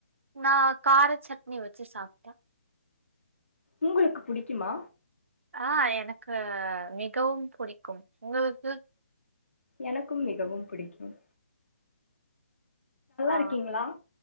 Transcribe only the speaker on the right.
நா கார சட்னி வெச்சி சாப்ட்ட
ஆ எனக்கு மிகவும் புடிக்கும் உங்களுக்கு
அ